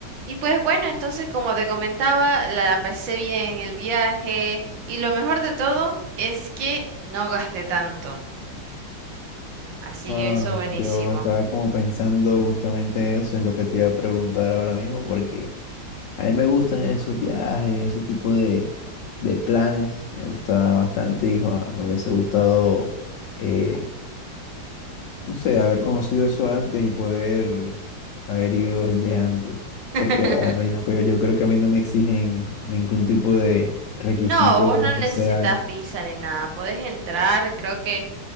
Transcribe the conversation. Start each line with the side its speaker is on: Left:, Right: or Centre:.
Right: Y pues bueno, entonces como te comentaba, la pasé bien el viaje y lo mejor de todo es que no gasté tanto. Así
Left: Ah,
Right: que eso buenísimo.
Left: yo estaba como pensando justamente eso, es lo que te iba a preguntar ahora mismo, porque a mí me gustan esos viajes, ese tipo de, de planes, me gusta bastante, hijo, ah, me hubiese gustado, eh, no sé, haber conocido eso antes y poder haber ido desde antes,
Right: <laughs>
Left: porque bueno, yo creo, yo creo que a mí no me exigen ningún tipo de requisito
Right: No, vos
Left: más
Right: no necesitas
Left: que sea,
Right: visa ni nada. Podés entrar, creo que